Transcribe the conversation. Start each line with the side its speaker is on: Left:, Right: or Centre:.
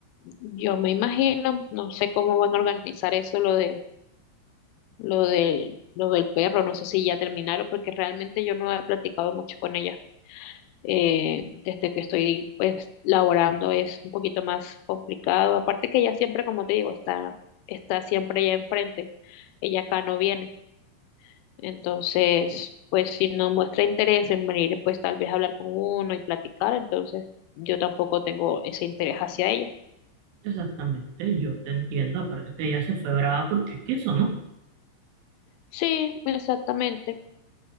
Left: Yo me imagino, no sé cómo van a organizar eso, lo de, lo de lo del perro, no sé si ya terminaron, porque realmente yo no he platicado mucho con ella. Eh, desde que estoy pues laborando es un poquito más complicado. Aparte que ella siempre, como te digo, está, está siempre allá enfrente. Ella acá no viene. Entonces, pues si no muestra interés en venir, pues tal vez hablar con uno y platicar, entonces yo tampoco tengo ese interés hacia ella.
Right: Exactamente, yo te entiendo. Aparte que ella se fue brava porque es ¿no?
Left: Sí, exactamente.